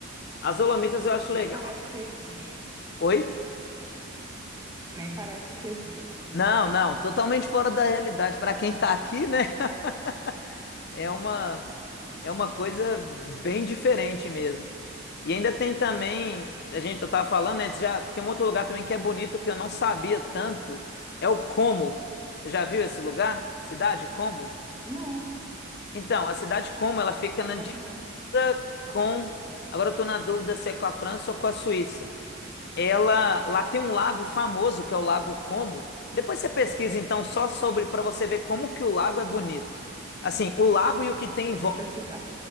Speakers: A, on the left (about 55°); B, on the right (about 20°).
A: As Dolomitas eu acho
B: Nem
A: legal.
B: parece que existe.
A: Oi?
B: Nem parece que existe.
A: Não, não, totalmente fora da realidade. Para quem tá aqui, né? <laughs> É uma é uma coisa bem diferente mesmo. E ainda tem também, a gente eu tava falando, né, já tem um outro lugar também que é bonito que eu não sabia tanto, é o Como. Você já viu esse lugar? Cidade Como?
B: Não,
A: Então, a cidade Como, ela fica na
B: pior
A: dívida
B: que não.
A: com, agora eu tô na dúvida se é com a França ou com a Suíça. Ela lá tem um lago famoso que é o Lago Como. Depois você pesquisa então só sobre para você ver como que o lago é bonito. Assim, o lago e o que tem
B: Eu
A: em volta
B: vou pesquisar.